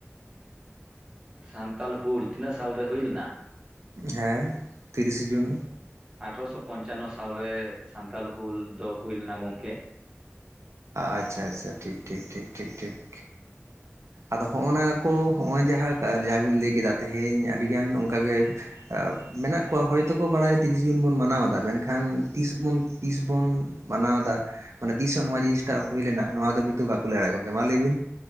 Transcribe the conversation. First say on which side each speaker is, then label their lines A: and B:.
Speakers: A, on the right; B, on the right.
A: ᱥᱟᱱᱛᱟᱞ ᱦᱩᱞ ᱛᱤᱱᱟᱹᱜ ᱥᱟᱞᱨᱮ ᱦᱩᱭ ᱞᱮᱱᱟ?
B: ᱦᱮᱸ ᱛᱤᱨᱤᱥᱮ ᱡᱩᱱ᱾
A: ᱟᱴᱷᱨᱚᱥᱚ ᱯᱚᱧᱪᱟᱱᱱᱚ ᱥᱟᱞᱨᱮ ᱥᱟᱱᱛᱟᱞ ᱦᱩᱞ ᱫᱚ ᱦᱩᱭ ᱞᱮᱱᱟ ᱜᱚᱢᱠᱮ᱾
B: ᱟᱪᱪᱷᱟ ᱟᱪᱷᱟ ᱴᱷᱤᱠ ᱴᱷᱤᱠ ᱴᱷᱤᱠ ᱴᱷᱤᱠ ᱴᱷᱤᱠ᱾ ᱟᱫᱚ ᱦᱚᱸᱜᱼ ᱱᱟ ᱠᱚ ᱱᱚᱜᱼᱚᱭ ᱡᱟᱦᱟᱸ ᱡᱟᱦᱟᱸ ᱵᱤᱱ ᱞᱟᱹᱭ ᱠᱮᱫᱟ ᱛᱮᱦᱮᱧ ᱟᱹᱰᱤᱜᱟᱱ ᱚᱱᱠᱟᱜᱮ ᱢᱮᱱᱟᱜ ᱠᱚᱣᱟ ᱦᱚᱭᱛᱳᱠᱚ ᱵᱟᱲᱟᱭᱟ ᱛᱤᱨᱤᱥ ᱡᱩᱱ ᱵᱚᱱ ᱢᱟᱱᱟᱣᱫᱟ ᱢᱮᱱᱠᱷᱟᱱ ᱛᱤᱥ ᱛᱤᱥ ᱵᱚᱱ ᱢᱟᱱᱟᱣ ᱫᱟ ᱢᱟᱱᱮ ᱛᱤᱥᱦ ᱦᱚᱸ ᱱᱚᱣᱟ ᱡᱤᱱᱤᱥᱴᱟ ᱦᱩᱭ ᱞᱮᱱᱟ ᱱᱚᱣᱟ ᱫᱚ ᱠᱤᱱᱛᱩ ᱵᱟᱠᱚ ᱞᱟᱹᱭ ᱫᱟᱲᱮᱭᱟᱜ ᱜᱚᱢᱠᱮ, ᱢᱟ ᱞᱟᱹᱭ ᱵᱤᱱ?